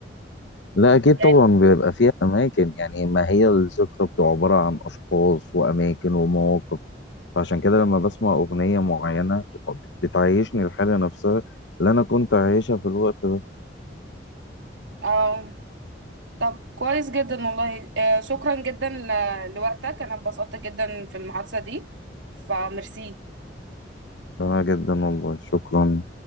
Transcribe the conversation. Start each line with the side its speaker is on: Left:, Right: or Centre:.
Left: لا أكيد طبعا
Right: يعني
Left: بيبقى فيها أماكن يعني ما هي الذكرى بتبقى عبارة عن أشخاص وأماكن ومواقف فعشان كده لما بسمع أغنية معينة بت- بتعيشني الحالة نفسها اللي أنا كنت عايشها في الوقت ده
Right: اه طب كويس جدا والله آه، شكرا جدا ل- لوقتك أنا اتبسطت جدا في المحادثة دي فميرسي
Left: جميل جدا والله شكرا